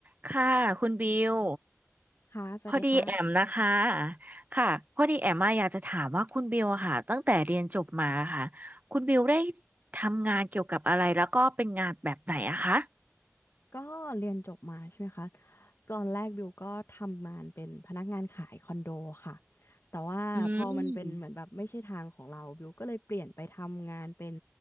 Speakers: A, on the right; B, on the left.
A: ค่ะคุณบิว
B: ค่ะสวัสดีค่ะ
A: พอดีแอมนะคะค่ะพอดีแอมมาอยากจะถามว่าคุณบิวอะค่ะตั้งแต่เรียนจบมาค่ะคุณบิวได้ทำงานเกี่ยวกับอะไรแล้วก็เป็นงานแบบไหนอะคะ
B: ก็เรียนจบมาใช่ไหมคะตอนแรกบิวก็ทำงานเป็นพนักงานขายคอนโดค่ะแต่ว่าพอมันเป็นเหมือนแบบไม่ใช่ทางของเราบิวก็เลยเปลี่ยนไปทำงานเป็น
A: อืม